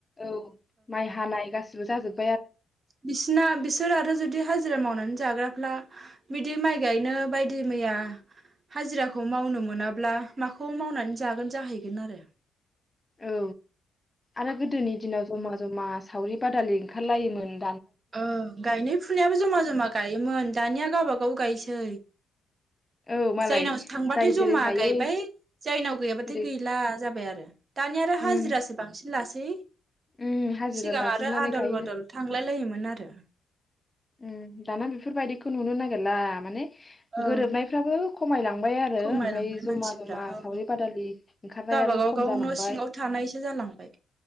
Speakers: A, on the left; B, on the right.
A: औ माय हानाय गासै जागोन
B: बिसना बिसोर आरो जुदि हाजिरा मावनानै जाग्रा ला बिदि माइ गायनो बायदि मैया हाजिराखौ मावनो मोनाब्ला माखौ मावनानै जागोन जाहैगोन आरो।
A: औ आरो गोदोनि दिनाव जमा जमा सावरि बादालि ओंखारलायोमोन।
B: ओ गायनाय फुनायाबो जमा जमा गायोमोन दानिया गावबा औ गायसै।
A: औ मालाय
B: जायनावसो थांबाथाय
A: जाय
B: जमा
A: जेरै हायो
B: गायबाय जायनाव गैयाबाथाय
A: ओरै
B: गैला जाबाय आरो दानिया आरो हाजिरासो
A: उम
B: बांसिन लासै। <unintelligible>
A: उम हाजिरा
B: सिगां
A: लाजोबनानै
B: आरो आदल
A: गायो
B: बदल थांलाय लायोमोन। नारो
A: उम दाना बेफोरबायदिखौ नुनो नागिरला। माने
B: औ
A: गोरोबनायफ्राबो खमायलां बाय आरो
B: खमायलांबाय
A: ओमफाय जमा
B: मानसिफ्रा
A: जमा
B: औ
A: सावरि बादालि ओंखारनायाबो
B: गावबागाव
A: खम
B: गाव
A: जालांबाय
B: न' सिङाव थानायसो जालांबाय